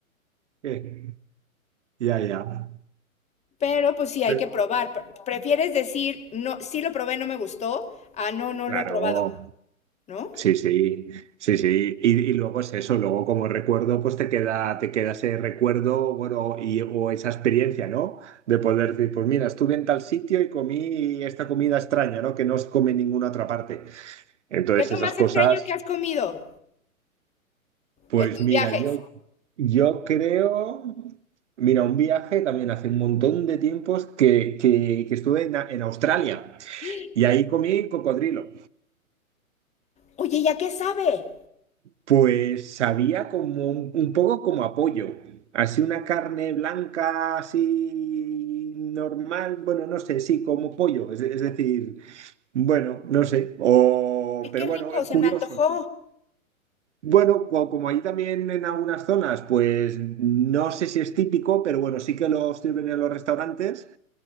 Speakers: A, on the right; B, on the left.
A: que- Ya, ya.
B: Pero pues sí,
A: Pero-
B: hay que probar. Pre- Prefieres decir, no, sí lo probé, no me gustó, ah, no, no
A: Claro,
B: lo he probado, ¿no?
A: sí, sí, sí, sí. Y, y luego es eso, luego como recuerdo, pues te queda, te queda ese recuerdo, bueno, y, o esa experiencia, ¿no? De poder decir, pues mira, estuve en tal sitio y comí esta comida extraña, ¿no? Que no se come en ninguna otra parte. Entonces
B: ¿Qué es lo
A: esas
B: más
A: cosas.
B: extraño que has comido
A: Pues
B: en tus
A: mira,
B: viajes?
A: yo, yo creo, mira, un viaje también hace un montón de tiempos que, que- que estuve en, A- en Australia
B: ¡Ah!
A: y ahí comí cocodrilo.
B: Oye, ¿ya qué sabe?
A: Pues sabía como un, un poco como apoyo, así una carne blanca, así normal, bueno, no sé, sí, como pollo, es, es decir, bueno, no sé, o,
B: Ay,
A: pero
B: qué rico,
A: bueno,
B: se
A: curioso.
B: me antojó.
A: Bueno, co- como ahí también en algunas zonas, pues no sé si es típico, pero bueno, sí que lo sirven en los restaurantes.